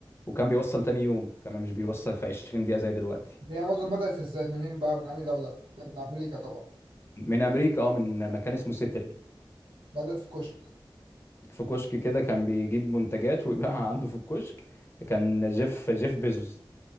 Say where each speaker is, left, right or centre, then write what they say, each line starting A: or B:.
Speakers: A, on the left (about 25°); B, on the right (about 75°).
A: وكان بيوصل تاني يوم كمان مش بيوصل في 20 دقيقه زي دلوقتي
B: هي معظم بدأت ازاي منين بقى من أنهي دولة؟ من أمريكا طبعا
A: من امريكا اه من مكان اسمه سيتل
B: بدأت في كشك
A: في كشك كده كان بيجيب منتجات ويبيعها عنده في الكشك كان جيف جيف بيزوس